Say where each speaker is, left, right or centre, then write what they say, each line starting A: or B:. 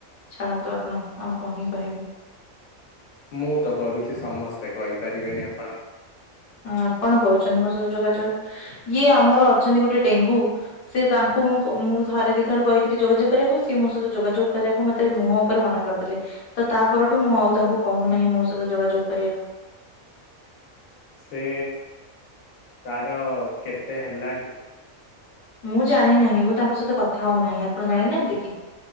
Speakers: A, on the left (about 60°); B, on the left (about 75°).
A: ଛାଣନ୍ତୁ ଆପଣ ଆଉ କ ହିଁ କହିବେ
B: ମୁଁ ତ କରୁଛି ସମସ୍ତେ କହିପାରିବେନି ଆପଣ
A: ହଁ ଆପଣ କରୁଛନ୍ତି ମସାର ଯୋଗାଯୋଗ ଇଏ ଆମର ଅଛନ୍ତି ଗୋଟେ ଡେଙ୍ଗୁ ସେ ତାଙ୍କୁ ମୁଁ ମୁଁ ଥରେ ଦି ଥର କହିଥିଲି ଯୋଗାଯୋଗ କରିବାକୁ ସି ମୋ ସହିତ ଯୋଗାଯୋଗ କରିବାକୁ ମତେ ମୁହଁ ଉପରେ ମନା କରିଥିଲେ ତ ତା ପରଠୁ ମୁଁ ଆଉ ତାଙ୍କୁ କହୁନାହିଁ ମୋ ସହିତ ଯୋଗାଯୋଗ କରିବାକୁ
B: ସେ ତାର କେତେ ହେଲାଣି
A: ମୁଁ ଜାଣି ନାହିଁ ମୁଁ ତାଙ୍କ ସହିତ କଥା ହଉନାହିଁ ଆପଣ ଜାଣିନାହାନ୍ତି କି